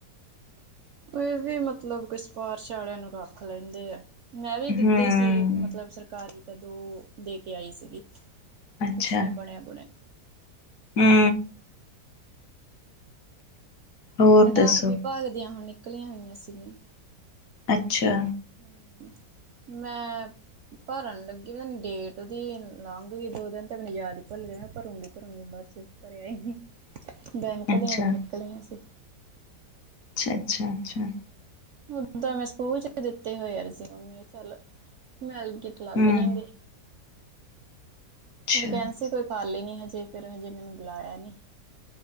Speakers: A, on the right; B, on the left.
A: ਏ ਵੀ ਮਤਲਬ ਕੋਈ ਸ਼ਪਾਰਸ਼ ਆਲਿਆਂ ਨੂੰ ਰੱਖ ਲੈਂਦੇ ਐ ਮੈਂ ਵੀ ਦਿੱਤੇ
B: ਹੂੰ
A: ਸੀ ਮਤਲਬ ਸਰਕਾਰੀ- ਤਦੋਂ ਦੇ ਕੇ ਆਈ ਸੀਗੀ।
B: ਅੱਛਾ
A: ਕੁਛ ਨੀ ਬਣਿਆ ਬੁਣਿਆ।
B: ਹੂੰ ਹੋਰ ਦੱਸੋ
A: ਡਾਕ ਵਿਭਾਗ ਦੀਆਂ ਹੁਣ- ਨਿਕਲੀਆਂ ਹੋਈਆਂ ਸੀਗੀਆਂ।
B: ਅੱਛਾ
A: ਹ ਮੈਂ ਭਰਨ ਲੱਗੀ ਮ ਡੇਟ ਦੀ ਲੰਘ ਗਈ ਦੋ ਦਿਨ ਤੇ ਮੈਨੂੰ ਯਾਦ ਈ ਭੁਲ ਗਿਆ। ਭਰੂਗੀ -ਭਰੂਗੀ ਬਾਅਦ ਚ ਭਰਿਆ ਈ ਨੀ। ਬੈਂਕ
B: ਅੱਛਾ
A: ਦੀਆਂ ਵੀ ਨਿਕਲੀਆਂ ਸੀ।
B: ਅੱਛਾ -ਅੱਛਾ
A: ਓਦਾ ਮੈਂ ਸਕੂਲ ਚ ਦਿੱਤੇ ਹੋਏ ਰਜਊਮ ਚੱਲ ਮਿਲ- ਕਿਤਾ ਲੱਗ
B: ਹੂੰ
A: ਜਾਂਗੇ।
B: ਅੱਛਾ
A: ਵਕੈਂਸੀ ਕੋਈ- ਖਾਲੇ ਨੀ ਹਜੇ ਫਿਰ ਹਜੇ ਮੈਨੂੰ ਬੁਲਾਇਆ ਨੀ